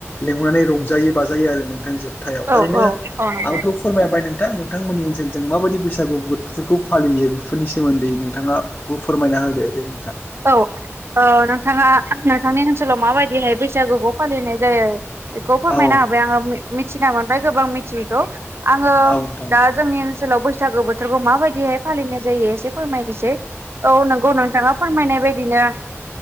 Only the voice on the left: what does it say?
लेंहरनानै रंजायो बाजायो आरो नोंथां जोबथायाव
ओैनो
आंथ' फोरमायबाय नोंथां नोंथांमोननि ओनसोलजों माबायदि बैसागु फोरखौ फालियो बेफोरनि सोमोन्दै नोंथाङाबो फोरमायना होदो दे नोंथां।
औ
औ नोंथां